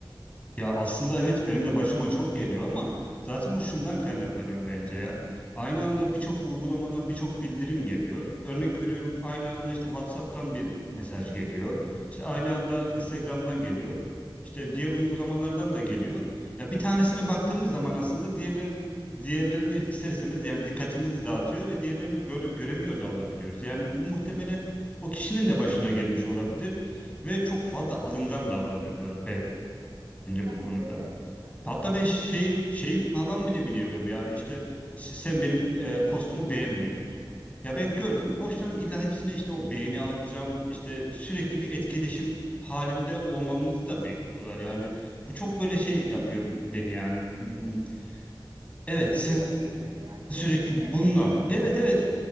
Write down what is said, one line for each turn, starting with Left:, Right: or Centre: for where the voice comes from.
Left: Ya aslında evet benim de başıma çok geliyor ama zaten o şundan kaynaklanıyor bence ya. Aynı anda birçok uygulamadan birçok bildirim geliyor. Örnek veriyorum aynı anda işte WhatsApp'tan bir mesaj geliyor. İşte aynı anda Instagram'dan geliyor. İşte diğer uygulamalardan da geliyor. Ya bir tanesine baktığımız zaman aslında diğerlerin diğerlerini ister istemez yani dikkatimizi dağıtıyor ve diğerlerini göre, göremiyor da olabiliyoruz. Yani bu muhtemelen o kişinin de başına gelmiş olabilir ve çok fazla alıngan davranıyorlar bence
Right: Bence
Left: bu konuda.
Right: de katılıyorum.
Left: Hatta ben şey şey falan bile biliyorum yani işte s- sen benim e, postumu beğenmedin. Ya ben gördüm hoşlanım illa hepsine işte o beğeni atacağım işte sürekli bir etkileşim halinde olmamızı da bekliyorlar yani bu çok böyle şey yapıyor beni yani. Hmm, Evet
Right: Geriyor
Left: sen
Right: değil mi? Yani
Left: Sürekli
Right: gerilim yaratıyor.
Left: bununla. Evet evet.